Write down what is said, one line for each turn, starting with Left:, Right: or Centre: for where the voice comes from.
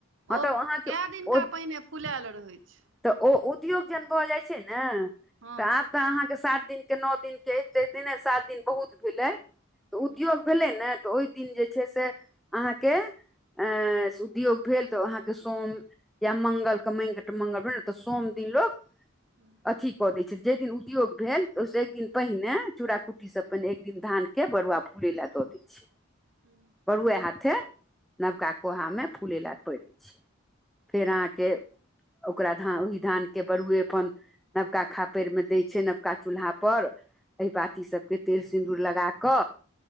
Centre: हँ
Right: ओ
Centre: तऽ अहाँके
Right: कै दिनका
Centre: ओ
Right: पहिने फुलैल रहै छै।
Centre: तऽ ओ उद्योग जहन भऽ जाइ छै ने
Right: हँ
Centre: तऽ आब तऽ अहाँके सात दिन के नो दिन के एते दिने सात दिन बहुत भेलै। तऽ
Right: हँ
Centre: उद्योग भेलै ने तऽ ओइ दिन जे छै से अहाँके एं सुउद्योग भेल तऽ अहाँ के सोम या मंगल क माटि मंगल भेल तऽ सोम दिन लोक
Right: <inaudible>
Centre: <unintelligible> कऽ दै छै। जइ दिन उद्योग भेल ओइस एक दिन पहिने चूड़ा कुट्टीस पहिने एक दिन धान के बड़ुआ फूलै लै दऽ दै छै।
Right: <inaudible>
Centre: बरूए हाथे नबका कोहामे फुलै लै पड़ै छै फेर अहाँके ओकरा धान ओहि धानके बरुए अपन नवका खापरिमे दै छै नवका चूल्हापर। अहिबाती सबके तेल सिन्दूर लगा क